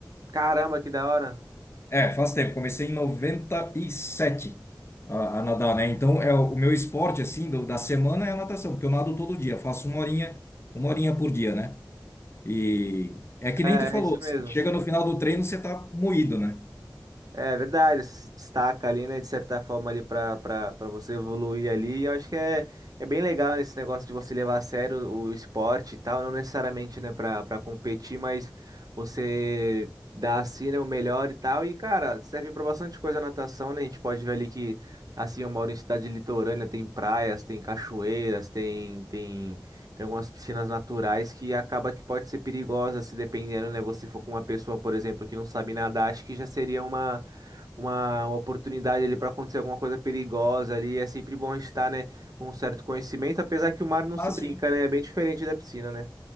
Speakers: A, on the right (about 50°); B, on the left (about 35°).
A: Caramba, que da hora!
B: É, faz tempo. Comecei em 97 a, a nadar, né? Então, é o o meu esporte, assim, do- da semana é a natação, porque eu nado todo dia. Faço uma horinha, uma horinha por dia, né? E é que
A: É,
B: nem tu falou.
A: é isso mesmo.
B: assim, Chega no final do treino, você tá moído, né?
A: É verdade, se destaca ali, né, de certa forma ali para para você evoluir ali. E eu acho que é, é bem legal nesse negócio de você levar a sério o, o esporte e tal, não necessariamente, né, para para competir, mas você dá assim, né, o melhor e tal. E cara, serve para bastante coisa a natação, né? A gente pode ver ali que assim, eu moro em cidade litorânea, tem praias, tem cachoeiras, tem tem Tem algumas piscinas naturais que acaba que pode ser perigosa se dependendo, né? Você for com uma pessoa, por exemplo, que não sabe nadar, acho que já seria uma, uma uma oportunidade ali para acontecer alguma coisa perigosa ali. É sempre bom estar, né, com um certo conhecimento, apesar que o mar não
B: Ah,
A: se brinca,
B: sim.
A: né? É bem diferente da piscina, né?